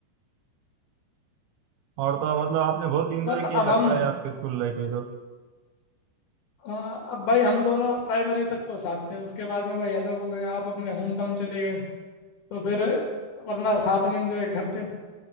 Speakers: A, on the right; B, on the left.
A: और तो मतलब आपने बहुत इंजॉय
B: बस
A: किया
B: अब
A: लगता
B: हम
A: है आपके स्कूल लाइफ में तो
B: अ, अब भाई हम दोनों प्राइमरी तक तो साथ थे उसके बाद में भाई अलग हो गए आप अपने होम टाउन चले गए तो फिर वरना साथ में एंजॉय करते